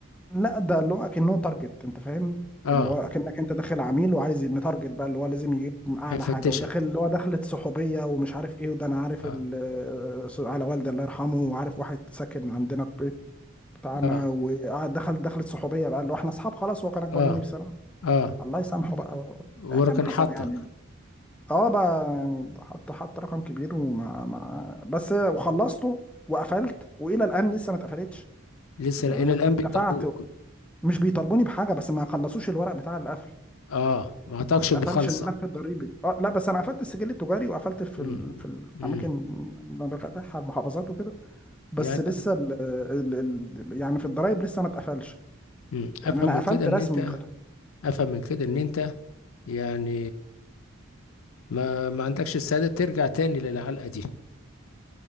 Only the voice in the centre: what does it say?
لا ده اللي هو اكنه تارجت انت فاهم
اللي هو اكنك انت داخل عميل وعايز متارجت بقى اللي هو لازم يجيب اعلى
حاجه وداخل اللي هو دخلت صحوبيه ومش عارف ايه وده انا عارف
ال- على والدي الله يرحمه وعارف واحد ساكن عندنا في البيت بتاعنا
وقعد دخل دخلت صحوبيه بقى اللي هو احنا اصحاب خلاص هو كان اكبر
مني بسنه
الله يسامحه بقى
ده كان حصل
يعني اه بقى يعني حط حط رقم كبير وما ما بس وخلصته وقفلت والى الان لسه ما اتقفلتش
يعني
انا
دفعت مش بيطالبوني بحاجه بس ما خلصوش الورق بتاع القفل
ما
اتقفلش الملف الضريبي اه لا بس انا قفلت السجل التجاري وقفلت في
ال... في الاماكن
اللي انا فاتحها المحافظات وكده بس
لسه ال... ال... ال... يعني في الضرايب لسه ما اتقفلش
يعني
انا
قفلت
رسمي
كده